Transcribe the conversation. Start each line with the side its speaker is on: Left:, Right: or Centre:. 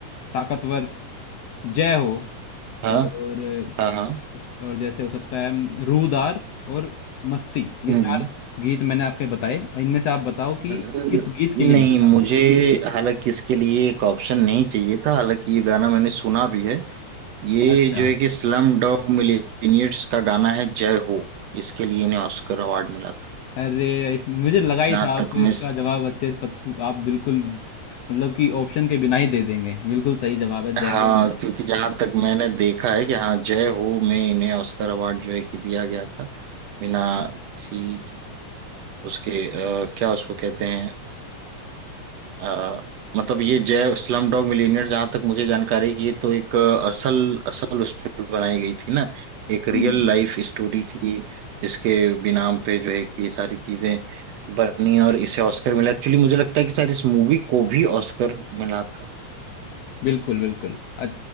Left: ताकतवर जय हो
Right: हाँ
Left: और
Right: हाँ हाँ
Left: और जैसे हो सकता है म, रूदार और मस्ती ये
Right: हम्म
Left: चार
Right: हम्म
Left: गीत मैंने आपके बताए इनमें से आप बताओ कि
Right: न-
Left: किस गीत के लिए
Right: नहीं
Left: मिला
Right: मुझे
Left: था उन्हें
Right: हालांकि इसके लिए एक ऑप्शन नहीं चाहिए था हालांकि ये गाना मैंने सुना भी है ये
Left: अच्छा
Right: जो है कि स्लम डॉग मिलियनेयर्स का गाना है जय हो इसके लिए इन्हें ऑस्कर अवार्ड मिला था
Left: अरे इस, मुझे लगा ही
Right: जहां
Left: था आपको
Right: तक
Left: इसका
Right: मैं
Left: जवाब अच्छे से पत, पु- आप बिल्कुल मतलब कि ऑप्शन के बिना ही दे देंगे बिल्कुल सही जवाब है जय
Right: हाँ
Left: हो
Right: क्योंकि जहां तक मैंने देखा है कि हाँ जय हो में इन्हें ऑस्कर अवार्ड जो है कि दिया गया था बिना किसी उसके अ, क्या उसको कहते हैं अ, मतलब ये जय स्लम डॉग मिलियनेयर जहां तक मुझे जानकारी है कि ये तो एक अ, असल असल उस पे बनाई गई थी ना एक रियल
Left: हम्म
Right: लाइफ स्टोरी थी जिसके बिनाम पे जो है कि ये सारी चीजें बनी और इसे ऑस्कर मिला एक्चुअली मुझे लगता है कि शायद इस मूवी को भी ऑस्कर मिला था
Left: बिल्कुल बिल्कुल अ-